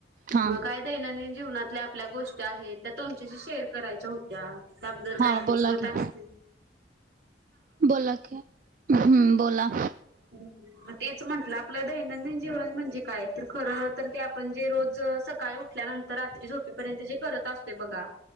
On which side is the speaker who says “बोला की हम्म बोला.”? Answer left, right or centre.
Right